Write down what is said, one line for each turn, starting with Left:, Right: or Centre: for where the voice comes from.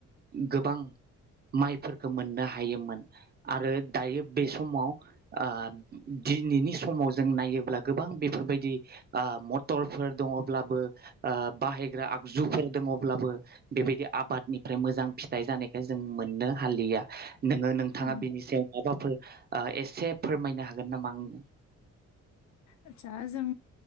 Right: गोबां माइफोरखौ मोननो हायोमोन आरो दायो बे समाव ओ दिनैनि समाव जों नायोब्ला गोबां बेफोरबायदि ओ मथरफोर दङब्लाबो ओ बाहायग्रा जुफोर दङब्लाबो बेबायदि आबादनिफ्राय मोजां फिथाइ जानायखाय जों मोननो हालिया। नोङो नोंथाङा
Left: औ
Right: बिनि सायाव माबाफोर ओ एसे फोरमायनो हागोन नामा आंनो?
Left: आदसा जों